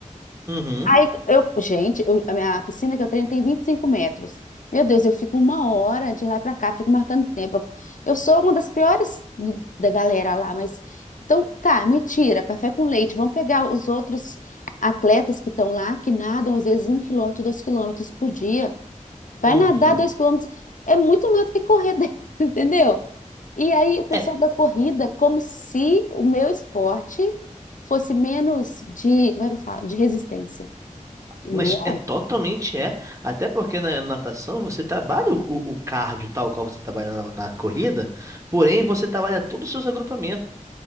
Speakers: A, on the right; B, on the left.
A: Uhum,
B: Aí eu, gente, eu- a minha piscina que eu treino tem 25 metros. Meu Deus, eu fico uma hora de lá pra cá, fico marcando tempo. Eu eu sou uma das piores do- da galera lá, mas então tá, me tira, café com leite. Vamos pegar os outros atletas que estão lá, que nadam às vezes um quilômetro, dois quilômetros por dia. Vai
A: uhum.
B: nadar dois quilômetros. É muito mais do que correr, <laughs> entendeu? E aí, o pessoal
A: É
B: da corrida, como se o meu esporte fosse menos de, como é que eu falo? De resistência. E
A: Mas
B: não
A: é
B: é.
A: totalmente é. Até porque na natação você trabalha o, o o cardio, tal qual você trabalha na, na corrida, porém você trabalha todos os seus agrupamentos.